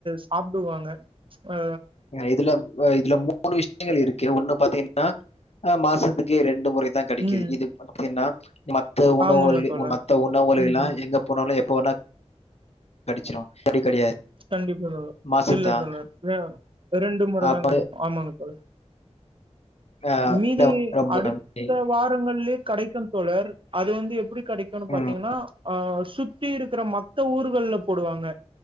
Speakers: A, on the right; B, on the left.
A: சாப்பிடுவாங்க ஆ
B: இதுல இதுல மூணு விஷயங்கள் இருக்கு ஒன்னு பாத்தீங்கன்னா மாசத்துக்கே ரெண்டு முறைதா கடைக்குது
A: ம்
B: இது பாத்தின்னா மத்த உணவுகள்கு
A: ஆமாங்க தோழர்
B: ஒரு மத்த உணவுகள்கு
A: ம்
B: எல்லா எங்க போனாலு எப் போனா கடிச்சிரு அப்படி கெடையாது
A: கண்டிப்பா தோழர்
B: மாசம்
A: இல்ல
B: தான்.
A: தோழர் ஆ ரெண்டு முறை
B: அப்ப
A: தா கெடைக்கு ஆமாங்க தோழர்
B: அ
A: மீதி
B: ரொம்ப
A: அடுத்த
B: கம்மி.
A: வாரங்களிலயே கடைக்கு தோழர் அது வந்து எப்படி கடைக்கும்னு
B: ம்
A: பாத்தீங்கன்னா ஆ சுத்தி சுத்தி இருக்கிற மத்த ஊர்கள்ல போடுவாங்க